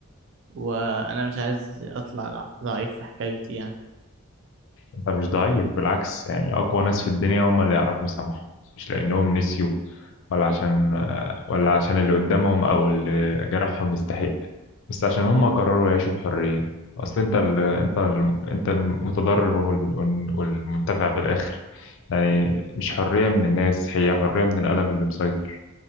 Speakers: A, on the right; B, on the left.
A: وانا مش عايز اطلع ضع- ضعيف في حكايتي يعني
B: انت مش ضعيف بالعكس يعني اقوى ناس في الدنيا هم اللي يعرفوا يسامحوا مش لانهم نسيوا ولا عشان ولا عشان اللي قدامهم او اللي جرحهم يستحق بس عشان هم قرروا يعيشوا بحرية اصل انت ال... انت ال... انت المتضرر وال... والمنتفع في الاخر يعني مش حرية من الناس هي حرية من الألم اللي مسيطر